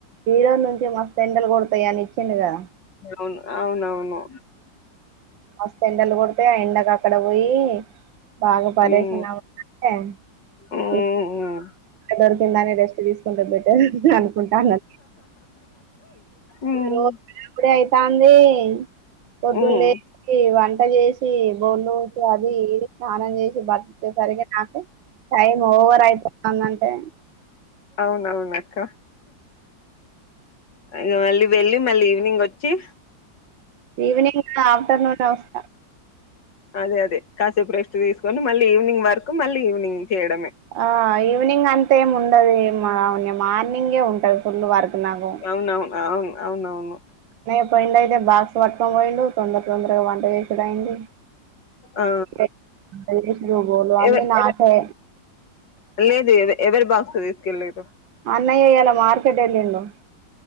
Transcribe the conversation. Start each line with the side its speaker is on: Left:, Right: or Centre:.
Right: ఈరోజు నుంచి మస్తు ఎండలు కొడతాయ్ అని ఇచ్చిండుగా
Left: అవున్ అవునవును
Right: మస్త్ ఎండలు కొడతాయ్ ఆ ఎండకు అక్కడ వోయి. బాగా పరేషాన్
Left: ఉమ్
Right: అవకంటే
Left: ఉమ్
Right: ఎప్
Left: ఉమ్
Right: దొరికిందానే రెస్ట్ దిసుకుంటే బెటర్ అనుకుంటాన్నా
Left: ఉమ్
Right: రోజ్ కుడాయితాంది పొద్దున్న
Left: ఉమ్.
Right: లేసి వంట జేచి బోళ్ళు వొంతే అది ఇది స్నానం జేచి బట్టు సరిగా నాకు టైం ఓవర్ అయితందంటే
Left: అవునవున్ అక్క ఇగా మళ్ళీ వెళ్ళి మళ్ళీ ఈవినింగ్ వచ్ చి
Right: ఈవెనింగ్ గా ఆఫ్టర్నూన్ వస్తా
Left: అదే అదే కాసేపురెస్ట్ తీసుకొని, మళ్ళీ ఈవినింగ్ వరకు మళ్ళీ ఈవినింగ్. చేయడమే
Right: ఆ ఈవినింగ్ అంతే ఏం ఉండది. మావన్నాయా మా మార్నింగే ఉంటది ఫుల్ వర్క్ నాకు
Left: అవునవున్ అవున్ అవునవును.
Right: ఏ పోయిండైతే బాక్స్ బట్టుకొని బోయిడు. తొందర తొందరగా వంట జేచుడు అయింది.
Left: ఆ
Right: ఎట్ ఇగ్గేషి బోళ్ళు అన్ని
Left: ఎవ
Right: నాకే
Left: లేదు ఏవ్ ఎవరీ బాక్స్ దిసుకెళ్ళేదు.
Right: అన్నయ ఇలా మార్కెట్ ఏళ్ళిండు.